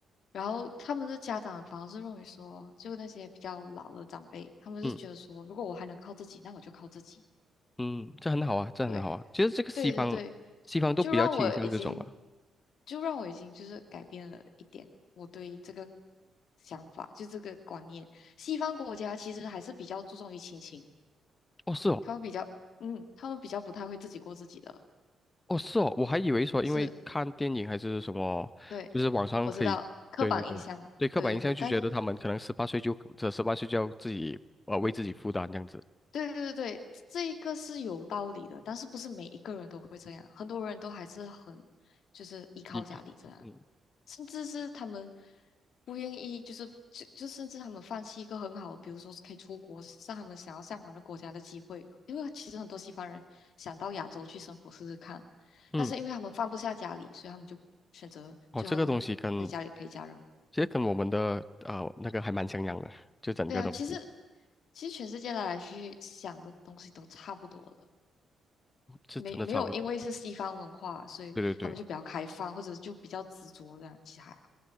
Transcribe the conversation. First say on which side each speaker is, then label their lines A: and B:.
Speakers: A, on the left (about 60°); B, on the left (about 20°).
A: 然后他们的家长反而是认为说，就那些比较老的长辈，他们是觉得说，
B: 嗯
A: 如果我还能靠自己，那我就靠自己。
B: 嗯，这很好啊，这很好啊，
A: 对
B: 其实这个西方西方都比较倾向这种啊，
A: 对对对，就让我已经，就让我已经就是改变了一点我对这个想法，就这个观念。西方国家其实还是比较注重于亲情，
B: 哦是哦。
A: 他们比较，嗯，他们比较不太会自己过自己的，
B: 哦，是哦，我还以为说，因为看电影还是什么，
A: 是。对，
B: 就是网上可以，
A: 我知道刻板印象嘛，
B: 对对对，对刻板印象就觉得他们可能十八岁就这十八岁就要自己呃为自己负担这样子。
A: 对对对，但对对对这一个是有道理的，但是不是每一个人都会这样，很多人都还是很就是依靠家里这样，
B: 一嗯
A: 甚至是他们不愿意，就是就就甚至他们放弃一个很好的比如说是可以出国，上他们想要向往的国家的机会，因为其实很多西方人想到亚洲去生活试试看，
B: 嗯，
A: 但是因为他们放不下家里，所以他们就选择最后留在家里陪家人。
B: 哦，这个东西跟其实跟我们的呃那个还蛮像样的，就整个东西
A: 对啊，其实其实全世界来来去去想的东西都差不多了，
B: 是真的差不多。
A: 没没有因为是西方文化，所以他们就比较开放，
B: 对对对，
A: 或者就比较执着这样，其实还好。